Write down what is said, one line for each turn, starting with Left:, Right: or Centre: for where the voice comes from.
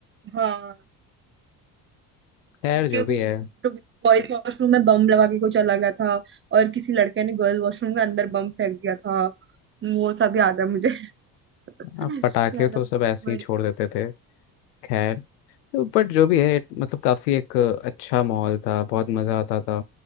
Right: हाँ
Left: खैर
Right: क्योंकि
Left: जो भी
Right: वो
Left: है
Right: बॉयज वॉशरूम में बम लगा के कोई चला गया था और किसी लड़के ने गर्ल वॉशरूम के अंदर बम फेंक दिया था वो सब याद है मुझे <laughs>
Left: अब पटाखे
Right: चलो
Left: तो सब ऐसे
Right: बढ़िया।
Left: ही छोड़ देते थे खैर तो बट जो भी है मतलब काफ़ी एक अच्छा माहौल था बहुत मज़ा आता था